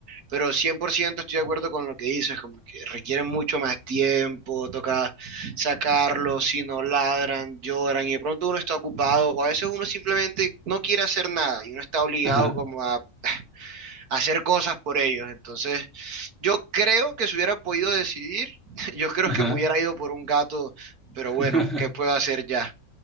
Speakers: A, on the right (about 80°); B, in the centre.
A: pero 100% estoy de acuerdo con lo que dices, como que requieren mucho más tiempo, toca sacarlos, si no ladran, lloran, y de pronto uno está ocupado, o a veces uno simplemente no quiere hacer nada, y uno está obligado
B: Ajá,
A: como a, a hacer cosas por ellos. Entonces, yo creo que si hubiera podido decidir, <laughs> yo creo
B: ajá.
A: que me hubiera ido por un gato, pero bueno,
B: <laughs>
A: ¿qué puedo hacer ya?